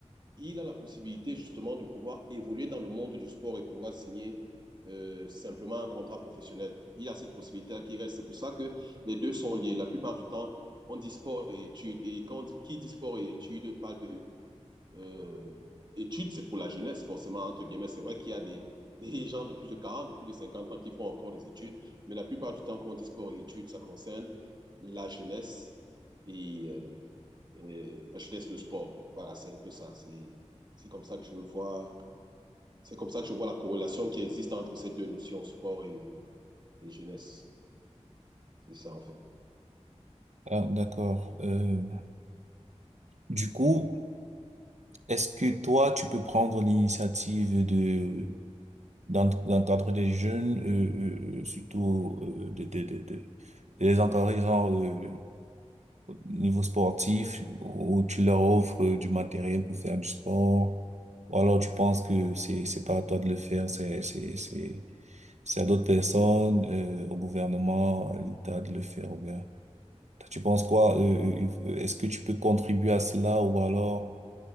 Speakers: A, on the right (about 40°); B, on the right (about 70°).
A: il a la possibilité justement de pouvoir évoluer dans le monde du sport et pouvoir signer euh, simplement un contrat professionnel. Il a cette possibilité-là qui reste. C'est pour ça que les deux sont liés. La plupart du temps, on dit sport et études. Et quand on dit, qui dit sport et études, parle de euh, études, c'est pour la jeunesse, forcément, entre guillemets. C'est vrai qu'il y a des, des <laughs> gens de plus de 40, de plus de 50 ans qui font encore des études, mais la plupart du temps, quand on dit sport et études, ça concerne la jeunesse et, euh, et la jeunesse et le sport. Voilà, c'est un peu ça. C'est, c'est comme ça que je vois, c'est comme ça que je vois la corrélation qui existe entre ces deux notions, sport et, et jeunesse. C'est ça, en fait.
B: Ah, d'accord. Euh, du coup, est-ce que toi tu peux prendre l'initiative de d'en- d'encadrer des jeunes, euh, euh, euh, surtout euh, de, de, de, de, de les encadrer genre euh, au niveau sportif, où tu leur offres euh, du matériel pour faire du sport, ou alors tu penses que c'est c'est pas à toi de le faire, c'est c'est c'est c'est à d'autres personnes, euh, au gouvernement, à l'État de le faire, ou bien Toi, tu penses quoi? euh, euh, euh, est-ce que tu peux contribuer à cela, ou alors